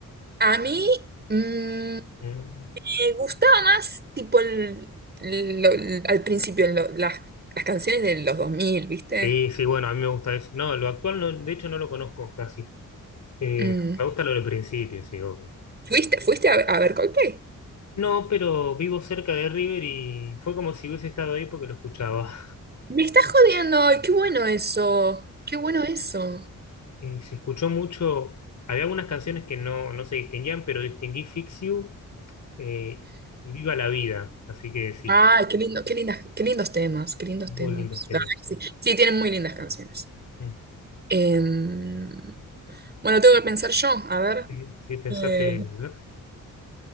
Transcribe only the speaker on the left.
Mm.
Sí, sí, bueno, a mí me gusta eso. No, lo actual, no, de hecho, no lo conozco casi. Eh,
me gusta lo del principio, sí, obvio.
No, pero vivo cerca de River y fue como si hubiese estado ahí porque lo escuchaba.
eh, se escuchó mucho. Había algunas canciones que no, no se distinguían, pero distinguí Fix You eh, y Viva la Vida. Así que sí,
muy
lindos temas.
Mm,
Sí, sí, pensate.
¿no?